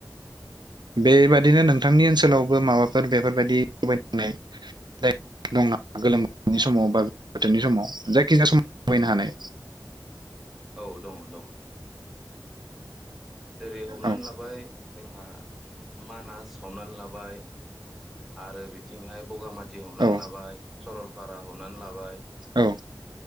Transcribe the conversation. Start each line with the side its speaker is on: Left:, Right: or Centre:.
Right: बेबादिनो
Centre: औ
Right: नोंथांनि ओन ओनसोलावबो माबाफोर बेफोरबायदि। गोलोम बोथोरनि समाव गोजां बोथोरनि समाव जायखिजाया समाव दावबायनो हानाय।
Centre: औ दङ दङ। जेरै हमनानै
Right: औ
Centre: लाबाय जोंहा। मानास। हनानै लाबाय। आरो आरो बि थिंहाय बगामाथि हमनानै
Right: औ
Centre: लाबाय सरलफारा। बारा हमनानै लाबाय।
Right: औ।